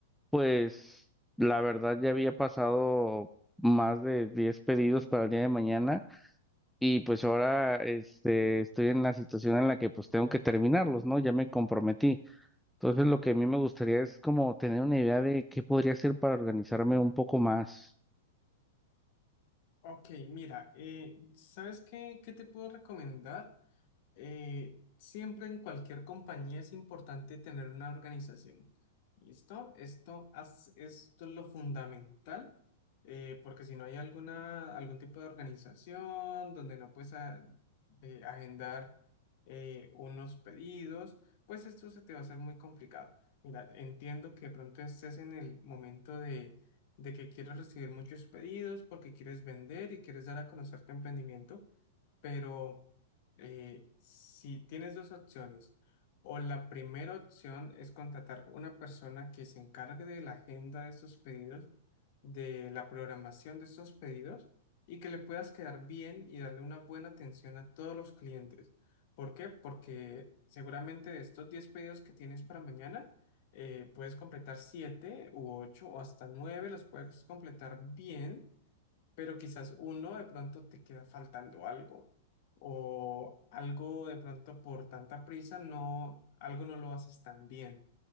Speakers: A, in the centre; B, on the left.
A: pues la verdad ya había pasado más de 10 pedidos para el día de mañana y pues ahora este, estoy en la situación en la que pues tengo que terminarlos, ¿no? Ya me comprometí. Entonces lo que a mí me gustaría es como tener una idea de qué podría hacer para organizarme un poco más.
B: Ok, mira, eh, ¿sabes qué, qué te puedo recomendar? Eh, siempre en cualquier compañía es importante tener una organización. ¿Listo? Esto, haz- esto es lo fundamental, eh, porque si no hay alguna, algún tipo de organización donde no puedes a- eh, agendar eh, unos pedidos, pues esto se te va a hacer muy complicado. Mira, entiendo que de pronto estés en el momento de, de que quieres recibir muchos pedidos porque quieres vender y quieres dar a conocer tu emprendimiento. Pero eh, si tienes dos opciones, o la primera opción es contratar una persona que se encargue de la agenda de estos pedidos, de la programación de estos pedidos y que le puedas quedar bien y darle una buena atención a todos los clientes. ¿Por qué? Porque seguramente de estos 10 pedidos que tienes para mañana, eh, puedes completar 7 u ocho o hasta 9 los puedes completar bien pero quizás uno de pronto te queda faltando algo o algo de pronto por tanta prisa no, algo no lo haces tan bien.